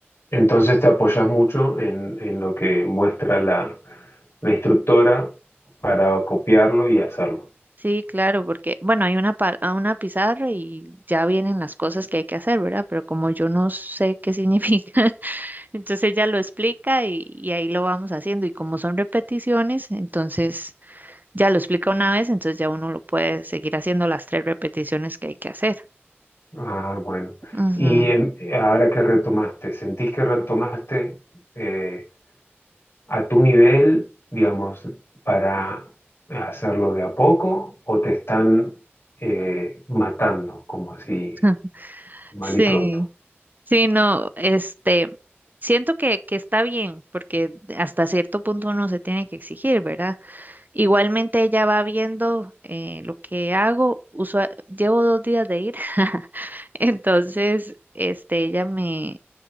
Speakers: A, on the left (about 70°); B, on the right (about 45°).
A: entonces te apoyas mucho en, en lo que muestra la, la instructora para copiarlo y hacerlo.
B: Sí, claro, porque, bueno, hay una, pa- a una pizarra y ya vienen las cosas que hay que hacer, ¿verdad? Pero como yo no sé qué significa, <laughs> entonces ella lo explica y, y ahí lo vamos haciendo. Y como son repeticiones, entonces ya lo explica una vez, entonces ya uno lo puede seguir haciendo las tres repeticiones que hay que hacer.
A: Ah, bueno.
B: Ujú.
A: Y en- ahora que retomaste, ¿sentís que retomaste eh, a tu nivel, digamos, para hacerlo de a poco o te están eh, matando, como así,
B: <laughs>
A: mal
B: Sí,
A: y pronto?
B: sí, no, este, siento que, que está bien, porque hasta cierto punto uno se tiene que exigir, ¿verdad? Igualmente ella va viendo eh, lo que hago. Usua- llevo dos días de ir. <laughs> Entonces, este, ella me,